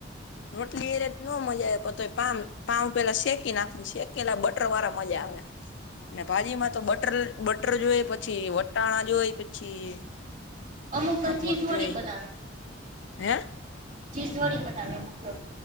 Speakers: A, on the left; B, on the right.
A: રોટલી એ રે તો ન મજા આવે પામ પાવ પેલા શેકી નાખુ સે. પેલા બટર વાળા મજા આવે. ને ભાજીમાં તો બટર બટર જોએ પછી વટાણા જોઈ પછી
B: અમુક તો
A: આમ
B: ચીજ
A: ઓલું
B: વાળી
A: જોઈ
B: બનાવે.
A: હે
B: ચીજ વાળી બનાવે એમ કયો